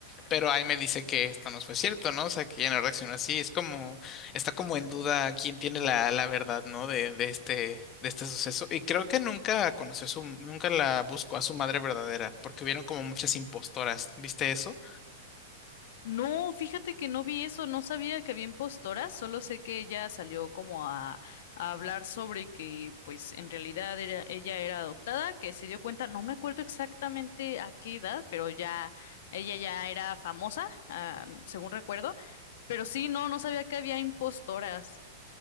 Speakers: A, on the left; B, on the left.
A: Pero ahí me dice que esto no fue cierto, ¿no? O sea, que ya no reaccionó así. Es como, está como en duda quién tiene la, la verdad, ¿no? De, de este, de este suceso. Y creo que nunca conoció a su, nunca la buscó a su madre verdadera, porque hubieron como muchas impostoras. ¿Viste eso?
B: No, fíjate que no vi eso, no sabía que había impostoras, solo sé que ella salió como a, a hablar sobre que pues en realidad era, ella era adoptada, que se dio cuenta, no me acuerdo exactamente a qué edad, pero ya ella ya era famosa, ah, según recuerdo, pero sí, no, no sabía que había impostoras.